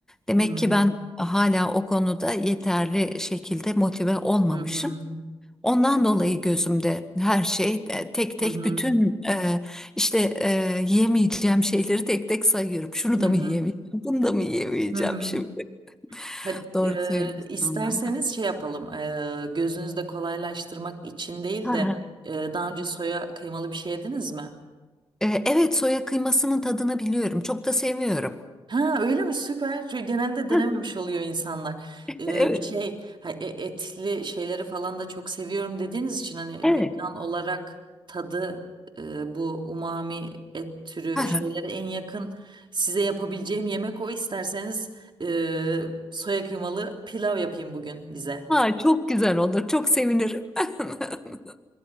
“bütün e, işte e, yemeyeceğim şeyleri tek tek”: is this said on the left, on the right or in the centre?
Centre